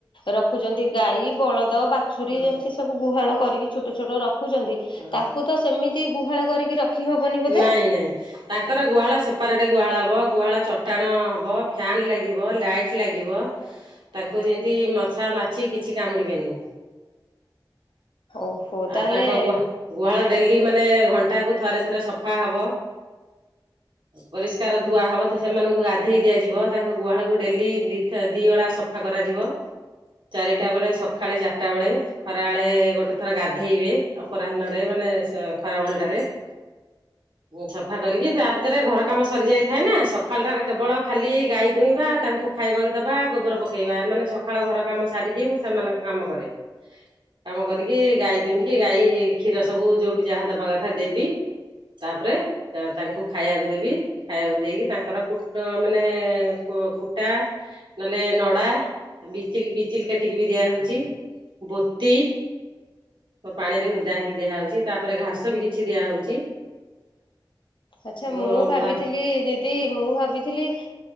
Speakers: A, on the left; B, on the right.
A: ରଖୁଛନ୍ତି ଗାଈ ବଳଦ। ତ ବାଛୁରୀ
B: ହଁ
A: ଯେମିତି ସବୁ ଗୁହାଳ କରିକି ଛୋଟ ଛୋଟ ରଖ ରଖୁଛନ୍ତି
B: ହଁ
A: ତାଙ୍କୁ ତ ସେମିତି କିଏ ଗୁହାଳ କରିକି ରଖି ହବନି ବୋଧେ
B: ନାଇଁ ନାଇଁ ତାଙ୍କର ଗୁହାଳ ସେ <inaudible> ସେପାରଟେ ଗୁହାଳ ହବ, ଗୁହାଳ ଚଟାଣ ହବ, ଫାନ୍ ଲାଗିବ, ଲାଇଟ ଲାଗିବ ତାଙ୍କୁ ଯେମିତି ମଛା, ମାଛି କିଛି କାମୁଡିବେନି।
A: ଓହୋ
B: ଆଉ
A: ତାହେଲେ
B: ତାଙ୍କ ଗୁହା ଗୁହାଳ ଡେଲି ମାନେ ଘଣ୍ଟା ସପ୍ତାହକୁ ଥରେ ଥରେ ସବୁ ସଫା ହଵ, ପରିଷ୍କାର ଧୁଆ ହବ, ସେମାନଙ୍କୁ ଗାଧେଇ ଦିଆଯିବ, ତାଙ୍କ ଗୁହାଳକୁ ଡେଲି ଦି ଓଳା ସଫା କରାଯିବ, ଚାରିଟା ବେଳେ ସକାଳେ ଚାରିଟା ବେଳେ ଖରାବେଳେ ଗୋଟେ ଥର ଗାଧେଇବେ ଅପରାହନ ମାନେ ଖରା ବେଳ ଟାରେ ସଫା କରିକି ତା ଭିତରେ ଘର କାମ ସରି ଯାଇଥାଏ ନା, ସଖାଳ ଟାରେ କେବଳ ଖାଲି ଗାଈ ଦୁହିଁବା, ତାଙ୍କୁ ଖାଇବାକୁ ଦବା, ଗୋବର ପକେଇବା ଏମାନେ ସକାଳ ଘର କାମ ସାରିକି ମୁଁ ସେମାନଙ୍କ କାମ କରେ। କାମ କରିକି ଗାଈ ଦୁହିଁକି ଗାଈ କ୍ଷୀର ସବୁ ଯୋଉଠି ଯାହା ଦବା କଥା ଦେବି ତାପରେ ତାଙ୍କୁ ଖାଇବାକୁ ଦେବି, ଖାଇବାକୁ ଦେଇକି ତାଙ୍କର କୁ ମାନେ କୁ କୁଟା ନହେଲେ ନଡା ବିଚିଲ ବିଚିଲ କାଟିକି ବି ଦିଆ ହଉଛି, ବୋତି ପାଣିରେ ଭେଦା ହେଇକି ଦିଆହଉଛି ତାପରେ ଘାସ ବି କିଛି ଦିଆହଉଛି।
A: ଆଚ୍ଛା
B: ତେଣୁ
A: ମୁଁ ଭାବିଥିଲି
B: ବା
A: ଦିଦି ମୁଁ ଭାବିଥିଲି